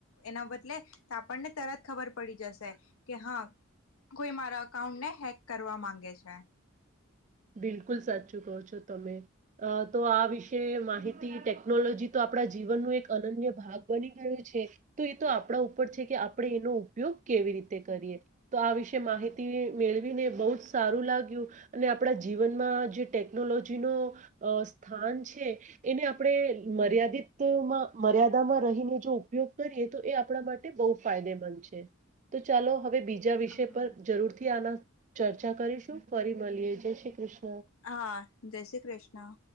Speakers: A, on the left (about 80°); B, on the right (about 35°).
A: એના બદલે આપણને તરત ખબર પડી જશે કે હા કોઈ મારા અકાઉન્ટને હેક કરવા માંગે છે
B: બિલકુલ સાચું કહો છો તમે તો આ વિશે માહિતી ટેકનોલોજી તો આપણા જીવન ન એક અનન્ય ભાગ બની ગયયો છે તો એ તો આપણા ઉપર છે કે આપણે એનો ઉપયોગ કેવી રીતે કરીએ તો આ વિશે માહિતી મેળવીને બહ જ સારું લાગ્યું અને આપણા જીવનમાં જે ટેકનોલોજી ન સ્થાન છે એને આપણે મર્યાદ મર્યાદિતમાં મર્યાદામાં રહીને જો ઉપયોગ કરીએ તો એ આપણા માટે બહુ ફાયદેમંદ છે તો ચાલો હવે બીજા વિષય
A: હા.
B: પર જરૂરથી આના ચર્ચા કરીશું ફરી મળીએ જ શ્રી કૃષ્ણ
A: હા જય શ્રી કૃષ્ણ